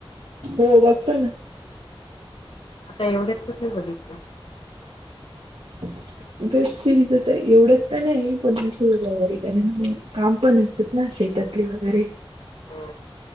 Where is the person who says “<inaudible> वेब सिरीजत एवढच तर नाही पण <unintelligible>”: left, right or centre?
Right